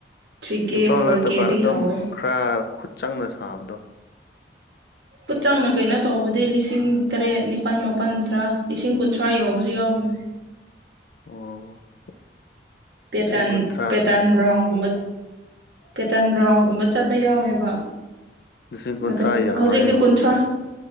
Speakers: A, on the right; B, on the left.
A: ꯊ꯭ꯔꯤ ꯀꯦ
B: ꯁꯤꯝꯄꯜ
A: ꯐꯣꯔ
B: ꯅꯠꯇꯕ
A: ꯀꯦꯗꯒꯤ
B: ꯑꯗꯨꯝ
A: ꯍꯧꯋꯦ
B: ꯈꯔ ꯈꯨꯠ ꯆꯪꯅ ꯁꯥꯕꯗꯣ
A: ꯈꯨꯠ ꯆꯥꯡꯅ ꯀꯩꯅꯣ ꯇꯧꯕꯗꯤ ꯂꯤꯁꯤꯡ ꯇꯔꯦꯠ ꯅꯤꯄꯥꯜ ꯃꯥꯄꯜ ꯇꯔꯥ ꯂꯤꯁꯤꯡ ꯀꯨꯟꯊ꯭ꯔꯥ ꯌꯧꯕꯁꯨ ꯌꯥꯎꯕꯅꯦ
B: ꯑꯣ
A: ꯄꯦꯇꯥꯔꯟ
B: ꯂꯤꯁꯤꯡ ꯀꯨꯟꯊ꯭ꯔꯥ
A: ꯄꯦꯇꯥꯔꯟ ꯔꯥꯎꯟꯒꯨꯝꯕ ꯄꯦꯇꯥꯔꯟ ꯔꯥꯎꯟꯒꯨꯝꯕ ꯆꯠꯄ ꯌꯥꯎꯋꯦꯕ
B: ꯂꯤꯁꯤꯡ ꯀꯨꯟꯊ꯭ꯔꯥ
A: ꯑꯗꯣ
B: ꯌꯧꯋꯦ
A: ꯍꯧꯖꯤꯛꯇꯤ
B: ꯍꯥꯏꯕꯁꯤꯗꯤ
A: ꯀꯨꯟꯊ꯭ꯔꯥ